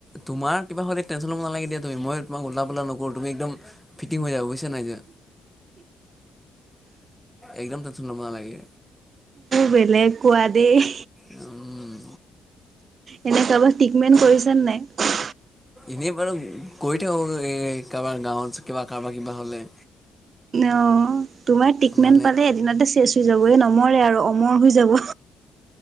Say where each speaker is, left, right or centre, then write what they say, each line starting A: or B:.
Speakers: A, in the centre; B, on the right (about 50°).
A: তোমাৰ। কিবা হ'লে টেনচন ল'ব নালাগে দিয়া তুমি। মই তোমাক উলতা পোলতা নকৰোঁ, তুমি একদম ফিটিং হৈ যাবা বুজিছা নাই যে। একদম ঠু মন লাগে।
B: বেলেগ কোৱা দেই।
A: উম।
B: এনে কাৰোবাক ট্ৰিকমেন কৰিছে নে নাই।
A: এনেই বাৰু গৈ থাকো এ কাৰোবাৰ গাঁৱত কিবা কাৰবাৰ কিবা হলে।
B: অঁ তোমাৰ ট্ৰিটমেণ্ট
A: মানে
B: পালে এদিনাতে চেচ হৈ যাব নমৰে আৰু অমৰ হৈ। যাব।